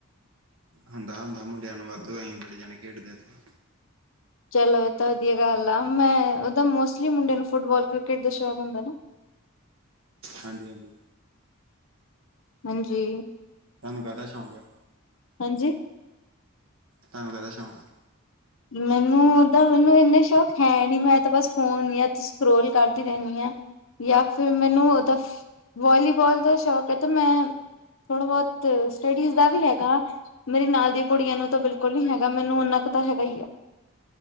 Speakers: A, on the right (about 70°); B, on the left (about 65°).
A: ਹੁੰਦਾ, ਹੁੰਦਾ ਮੁੰਡਿਆਂ ਨੂੰ ਵੱਧ ਅਸੀਂ ਬੜੇ ਜਾਣੇ ਖੇਡਦੇ ਹੁਣੇ
B: ਚਲੋ ਇਹ ਤਾਂ ਵਧੀਆ ਗੱਲ ਆ, ਮੈਂ ਉਹਦਾ ਮੋਸਟਲੀ ਮੁੰਡੇ ਨੂੰ ਫੁੱਟਬਾਲ, ਕ੍ਰਿਕਟ ਦਾ ਸ਼ੌਕ ਹੁੰਦਾ ਨਾ।
A: ਹਾਂਜੀ-ਹਾਂਜੀ।
B: ਹਾਂਜੀ।
A: ਤੁਹਾਨੂੰ ਕਾਹਦਾ ਸ਼ੌਂਕ ਆ
B: ਹਾਂਜੀ,
A: ਤੁਹਾਨੂੰ ਕਾਹਦਾ ਸ਼ੌਂਕ ਆ?
B: ਮੈਨੂੰ ਉਦਾ ਮੈਨੂੰ ਇੰਨੇ ਸ਼ੌਕ ਹੈ ਨੀ, ਮੈਂ ਤਾਂ ਬੱਸ ਫੋਨ ਜਾ ਸਕਰੋਲ ਕਰਦੀ ਰਹਿੰਦੀ ਹਾਂ, ਜਾਂ ਫਿਰ ਮੈਨੂੰ ਉਹਦਾ ਵਾਲੀਬਾਲ ਦਾ ਸ਼ੌਕ ਹੈ, ਤੇ ਮੈਂ ਥੋੜ੍ਹਾ ਬਹੁਤ ਸਟਡੀਜ਼ ਦਾ ਵੀ ਹੈਗਾ। ਮੇਰੇ ਨਾਲ ਦੀਆਂ ਕੁੜੀਆਂ ਨੂੰ ਤਾਂ ਬਿਲਕੁੱਲ ਨੀ ਹੈਗਾ, ਮੈਨੂੰ ਓਨਾ ਕੁ ਤਾਂ ਹੈਗਾ ਹੀ ਹੈ।